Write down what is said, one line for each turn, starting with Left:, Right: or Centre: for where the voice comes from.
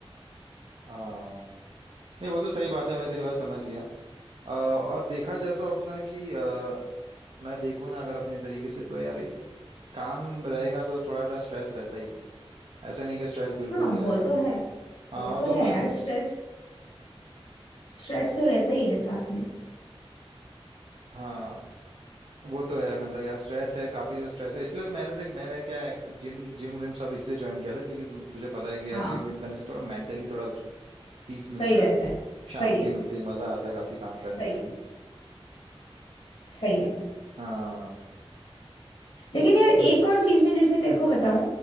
Right: हाँ नहीं वो तो सही बात है मैं तेरी बात समझ गया अ, और देखा जाए तो अपना कि अ, मैं देखूँ ना अगर अपने तरीके से तो यार काम रहेगा तो थोड़ा सा स्ट्रेस रहता ही है ऐसा नहीं कि स्ट्रेस बिल्कुल
Left: हाँ
Right: नहीं
Left: वो
Right: रहेगा
Left: तो है
Right: हाँ
Left: वो तो
Right: तो मैं
Left: है यार स्ट्रेस स्ट्रेस तो रहता ही है साथ में
Right: हाँ वो तो है मतलब यार स्ट्रेस है काफी ज्यादा स्ट्रेस है इसलिए तो मैंने देख मैंने क्या है जिम जिम विम सब इसलिए ज्वाइन किया था क्योंकि तुझे पता है कि यार
Left: हाँ
Right: जिम विम करने से थोड़ा मेंटली थोड़ा पीस मिलता
Left: सही रहता
Right: है
Left: है
Right: शांति
Left: सही है
Right: मिलती है मजा आता है काफी काम करने
Left: सही
Right: में
Left: है
Right: भी
Left: सही है
Right: हाँ
Left: लेकिन यार एक और चीज में जैसे तेरे को बताऊं